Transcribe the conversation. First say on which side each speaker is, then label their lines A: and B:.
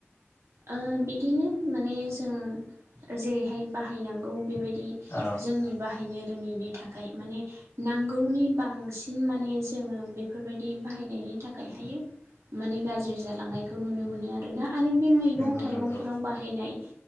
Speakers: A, on the right (about 80°); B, on the left (about 85°).
A: ओ बिदिनो माने जों जेरैहाय बाहायनांगौ बेबाय दि
B: औ
A: जोंनि बाहायनो रोङैनि थाखाय माने नांगौनि बांसिन माने जोङो बेफोरबायदि बाहायनाय नि थाखाय हायो माने गाज्रि जालांनायखौ नुनो मोन आरोना आरो <unintelligible> मैगं
B: नंगौ
A: थाइगंफोराव
B: नंगौ नंगौ औ
A: बाहायनाय